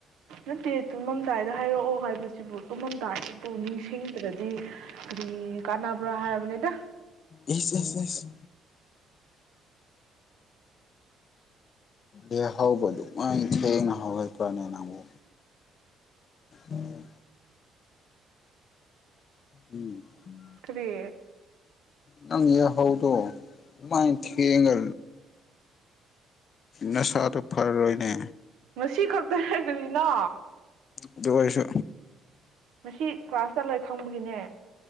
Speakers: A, on the right; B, on the left.
A: ꯅꯠꯇꯦ ꯇꯨꯝꯃꯝꯗꯥꯏꯗ ꯍꯥꯏꯔꯛꯑꯣ ꯍꯥꯏꯕꯁꯤꯕꯨ ꯇꯨꯝꯃꯝꯗꯥꯏꯗꯕꯨ ꯅꯤꯡꯁꯤꯡꯗ꯭ꯔꯗꯤ ꯀꯗꯤ ꯀꯥꯟꯅꯕ꯭ꯔꯥ ꯍꯥꯏꯕꯅꯤꯗ
B: ꯑꯦꯁ ꯑꯦ ꯑꯦꯁ ꯑꯦ ꯍꯥꯎꯧꯕ ꯑꯗꯨꯃꯥꯏ ꯊꯦꯡꯅ ꯍꯍꯄ꯭ꯔꯅꯦ ꯅꯪꯕꯨ ꯑꯣ ꯎꯝ
A: ꯀꯔꯤ
B: ꯅꯪ ꯍꯥꯎꯗꯣ ꯃꯥꯏ ꯊꯌꯦꯒ ꯅꯁꯥꯗꯣ ꯐꯔꯔꯣꯏꯅꯦ
A: ꯑꯁꯤ ꯈꯛꯇ ꯍꯥꯏꯕꯅꯤꯅ
B: ꯑꯗꯨ ꯑꯣꯏꯣꯏꯁꯨ
A: ꯃꯁꯤ ꯀ꯭ꯂꯥꯁ ꯆꯠꯂꯣꯏ ꯈꯪꯕꯒꯤꯅꯦ